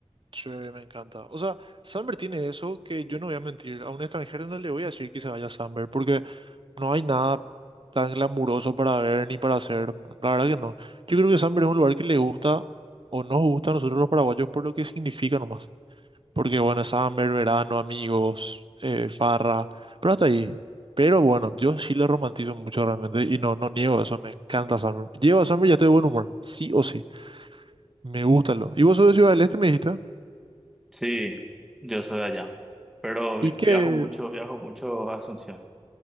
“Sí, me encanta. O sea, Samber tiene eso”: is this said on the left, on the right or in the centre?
Right